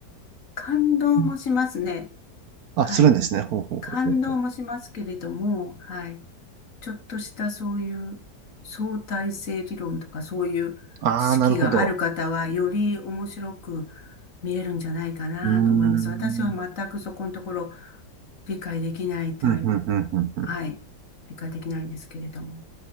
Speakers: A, on the left; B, on the right.
A: 感動もしますね。
B: うんあ、
A: はい。
B: するんですね。ほうほうほうほうほう。
A: 感動もしますけれども、はい。ちょっとしたそういう相対性理論とかそういう知識がある方はより面白く
B: ああ、なるほど。
A: 見れるんじゃないかなと思います。
B: うーん。
A: 私は全くそこのところ理解できないタイプ、
B: うんうんうんうんうん
A: はい、理解できないんですけれども。